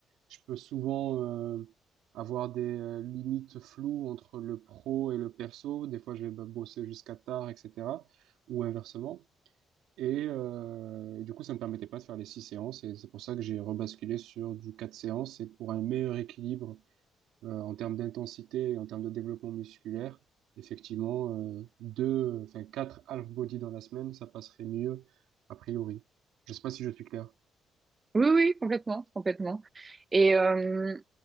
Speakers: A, on the right (about 85°); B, on the right (about 25°).
A: je peux souvent euh, avoir des euh, limites floues entre le pro et le perso. Des fois, je vais bah, bosser jusqu'à tard, etc. Ou inversement. Et, euh, et du coup, ça ne me permettait pas de faire les six séances. Et c'est pour ça que j'ai rebasculé sur du quatre séances. Et pour un meilleur équilibre euh, en termes d'intensité, et en termes de développement musculaire, effectivement, euh, deux, enfin quatre half body dans la semaine, ça passerait mieux a priori. Je sais pas si je suis clair.
B: Oui, oui, complètement, complètement. Et, euh,